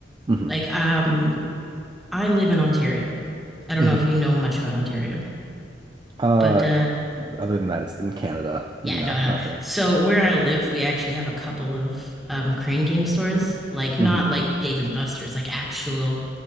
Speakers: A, on the right; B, in the centre.
A: hmm
B: Like, um, I live in Ontario. I don't
A: hmm
B: know if you know much about Ontario,
A: Uh,
B: but uh,
A: other than that, it's in Canada.
B: yeah,
A: No,
B: no,
A: not
B: no.
A: very.
B: So where I live, we actually have a couple of um crane game stores. Like, not
A: hmm
B: like Dave and Buster's, like actual,